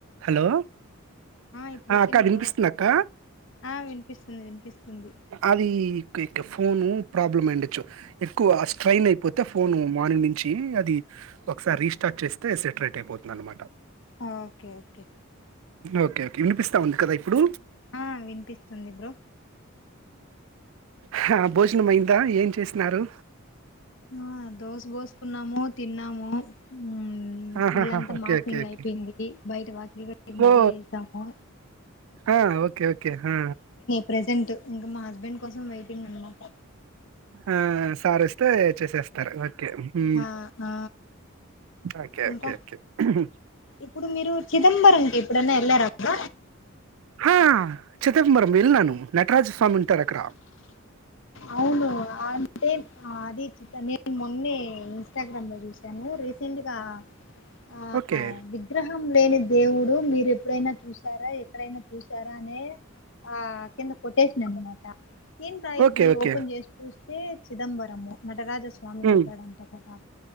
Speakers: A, on the right (about 75°); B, on the left (about 60°).
A: Hello
B: ఇప్పుడు
A: ఆ
B: ఓకేనా
A: అక్క వినిపిస్తుందా
B: బ్రో
A: అక్క
B: ఆ వినిపిస్తుంది వినిపిస్తుంది
A: అది ఇక ఇక ఫోను ప్రాబ్లమ్ అయిండొచ్చు ఎక్కువ ఆ స్ట్రైయిన్ అయిపోతే ఫోను మార్నింగ్ నుంచి అది ఒకసారి రీస్టార్ట్ చేస్తే సెట్ రైట్ అయిపోతుంది అనమాట
B: ఆ ఒకే ఒకే
A: ఓకే ఓకే వినిపిస్తా ఉంది కదా ఇప్పుడు
B: ఆ వినిపిస్తుంది బ్రో
A: హా భోజనం అయిందా ఏం చేసినారు
B: ఆ దోశ పోసుకున్నాము తిన్నాము ఉమ్,
A: ఆహాహా
B: ఇల్లంతా
A: ఓకే
B: మాఫింగ్
A: ఓకే ఓకే
B: అయిపోయింది బయట వాకిలు కూడా ముగ్గేసాము
A: ఓ ఆ ఓకే ఒకే ఆ
B: ప్రజెంట్ ఇంకా మా హస్బెండ్ కోసం వెయిటింగ్ అనమాట
A: ఆ సార్ ఓస్ స్తే చేసేస్తారు ఓకే ఉ
B: ఆ ఆ
A: ఓకే ఓకే
B: ఇంకా
A: ఓకే హ్మ్
B: ఇప్పుడు మీరు చిదంబరంకి ఎప్పుడనా వెళ్ళారా అక్క
A: హా చిదంబరం వెళ్లినను నటరాజ స్వామి ఉంటారు అక్కడ
B: అవును అంటే అది చిత నేను మొన్నే ఇన్స్టాగ్రామ్ లో చూసాను రీసెంట్గా ఆ
A: ఓకే
B: విగ్రహం లేనిద్ దేవుడు మీరు ఎప్పుడైనా చూసారా ఎక్కడైనా చూసారా అనే ఆ కింద కొటేషన్ అన్నమాట ఎంద్ర
A: ఓకే.
B: ఇది
A: ఓకే.
B: ఓపెన్ చేసి చూస్తే చిదంబరము నటరాజ స్వామి
A: హ్మ్
B: ఉంటాడంట కదా